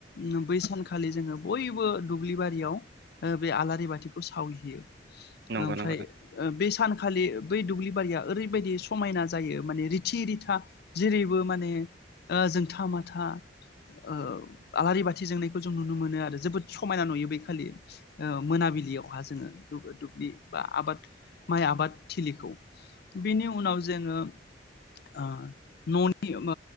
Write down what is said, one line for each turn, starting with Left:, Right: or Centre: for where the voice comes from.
Left: ओम बै सानखालि जोङो बयबो दुब्लि बारियाव ओ बे आलारि बाथिखौ सावहैयो
Right: नंगौ
Left: ओमफ्राय
Right: नंगौ नोंथां
Left: ओ बे सान खालि बै दुब्लि बारिया ओरैबायदि समायना जायो माने रिथि रिथा जेरैबो माने ओ जोंथा माथा ओ आलारि बाथि जोंनायखौ जों नुनो मोनो आरो जोबोद समायना नुयो बै खालि ओ मोनाबिलियावहा जोङो दुब दुब्लि बा आबाद माइ आबाद थिलिखौ बेनि उनाव जोङो ओ न'नि ओम